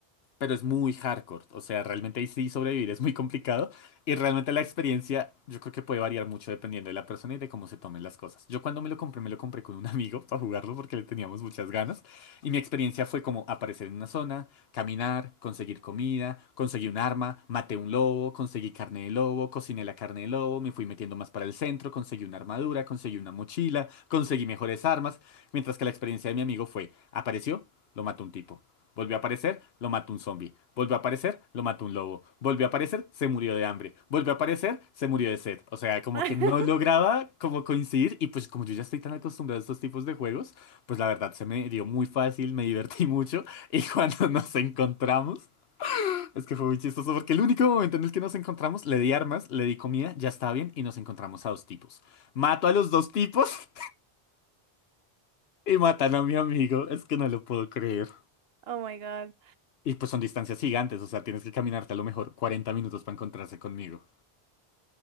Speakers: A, on the left; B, on the right.
A: pero es muy hardcore. O sea, realmente ahí sí sobrevivir es muy complicado. Y realmente la experiencia yo creo que puede variar mucho dependiendo de la persona y de cómo se tomen las cosas. Yo cuando me lo compré, me lo compré con un amigo para jugarlo porque le teníamos muchas ganas. Y mi experiencia fue como aparecer en una zona, caminar, conseguir comida, conseguí un arma, maté un lobo, conseguí carne de lobo, cociné la carne de lobo, me fui metiendo más para el centro, conseguí una armadura, conseguí una mochila, conseguí mejores armas. Mientras que la experiencia de mi amigo fue, apareció, lo mató un tipo. Volvió a aparecer, lo mató un zombie. Volvió a aparecer, lo mató un lobo. Volvió a aparecer, se murió de hambre. Volvió a aparecer, se murió de sed. O sea, como
B: <laughs>
A: que no lograba como coincidir y pues como yo ya estoy tan acostumbrado a estos tipos de juegos, pues la verdad se me dio muy fácil, me divertí mucho y cuando <laughs> nos encontramos, es que fue muy chistoso porque el único momento en el que nos encontramos, le di armas, le di comida, ya está bien y nos encontramos a dos tipos. Mato a los dos tipos <laughs> y matan a mi amigo, es que no lo puedo creer.
B: Oh my God.
A: Y pues son distancias gigantes, o sea, tienes que caminarte a lo mejor 40 minutos para encontrarse conmigo.